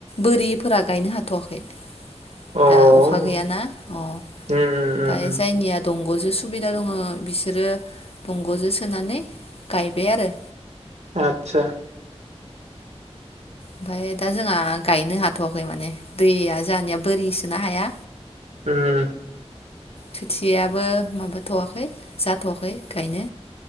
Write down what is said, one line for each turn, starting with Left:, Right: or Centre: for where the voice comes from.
Left: बोरिफोरा गायनो हाथवाखै।
Right: अ उम
Left: दा अखा गैयाना अ ओमफाय
Right: उम उम उम
Left: जायनिया दंग'जो सुबिदा दङ बिसोरो दंग'जों सोनानै गायबाय आरो
Right: आतसा
Left: ओमफाय दा जोंहा गायनो हाथ'वाखै माने दैया जोंआनिया बोरिसोनोना हाया
Right: ओम
Left: खोथि याबो माबाथ'वाखै जाथ'वाखै गायनो